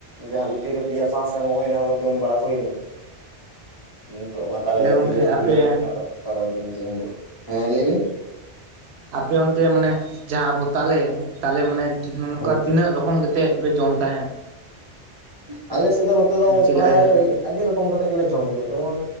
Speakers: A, on the right; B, on the right.
A: ᱡᱟᱦᱟᱸ ᱵᱦᱤ ᱛᱤᱨᱮ ᱯᱮᱭᱟ ᱥᱟᱸᱥ ᱮᱢᱚᱜ ᱦᱩᱭ ᱚᱱᱟ ᱡᱚᱢ ᱵᱟᱲᱟ ᱦᱩᱭᱱᱟ᱾ ᱱᱤᱛᱳᱜ ᱢᱟ ᱛᱟᱦᱞᱮ
B: ᱛᱟᱦᱚᱞᱮ ᱜᱚᱝᱠᱮ
A: ᱵᱤᱞᱤ
B: ᱟᱯᱮ
A: ᱥᱤᱡᱤᱱ ᱦᱮᱡᱽ ᱮᱱᱟ <inaudible> ᱡᱚᱢ ᱦᱮᱸ ᱞᱟᱹᱭ ᱵᱤᱱ?
B: ᱟᱯᱮ ᱚᱱᱛᱮ ᱢᱟᱱᱮ ᱡᱟᱦᱟᱸ ᱵᱚ ᱛᱟᱞᱮ ᱛᱟᱞᱮ ᱢᱟᱱᱮ ᱱᱚ ᱱᱚᱝᱠᱟ
A: ᱦᱳᱭ
B: ᱛᱤᱱᱟᱹᱜ ᱨᱚᱠᱚᱢ ᱠᱮᱛᱮᱜ ᱯᱮ ᱡᱚᱢ ᱛᱟᱦᱮᱸᱱ?
A: ᱟᱞᱮ ᱥᱮᱫ ᱫᱚ ᱱᱚᱛᱮ ᱫᱚ
B: ᱪᱮᱫ
A: ᱯᱨᱟᱭ
B: ᱞᱮᱠᱟ ᱪᱮᱫ ᱞᱮᱠᱟ ᱠᱟᱛᱮ?
A: ᱟᱹᱰᱤ ᱨᱚᱠᱚᱢ ᱠᱟᱛᱮ ᱜᱮᱞᱮ ᱡᱚᱢ ᱜᱮᱭᱟ᱾ ᱡᱮᱢᱚᱱ